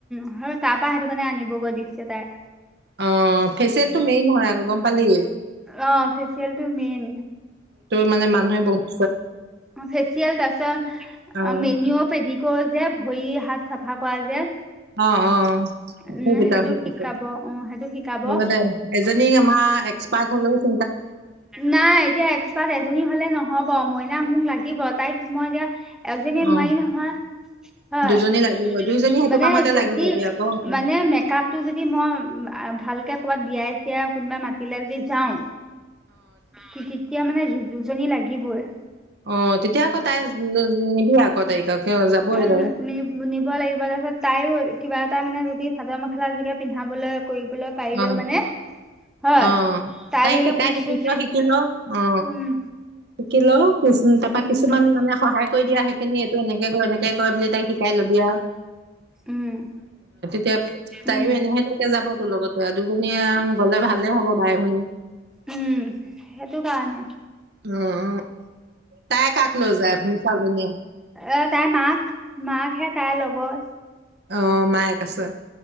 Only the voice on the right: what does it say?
অ ফেচিয়েলটো মেইন হয় আকৌ গম পালি।
মানে মানুহে বহুত
অ',
অ অ
হেইকেইটা
শিকিছে।
অ দে এজনী আমাৰ এক্সপাৰ্ট হলেও চ
অ'।
দুজনী লাগিবই, দুইজনী সেইটো
কামতে
লাগি যাবি আকৌ, অ'।
অ তেতিয়া আকৌ তাই নিবি আকৌ তাইক কিয় যাবই
তাই।
অ
অ
তাইক
শিকাই
দিবি
তই শিকিল। অ।
শিকি ল কি তাৰ পৰা
কিছুমান মানে সহায় কৰি দিয়া সেইখিনি এইটো এনেকে এনে কৈ মেলি তাইক শিকাই লবি আও
এতিয়া
তাইয়ো এনেহে থাকে যাব তোৰ লগতে, দুজনণীয়ে গ'লে ভালেই হ'ব বাই ভনী।
উম উম তাই কাক ল যায় ভুচাজনিয়ে
আহ মায়েক আছে।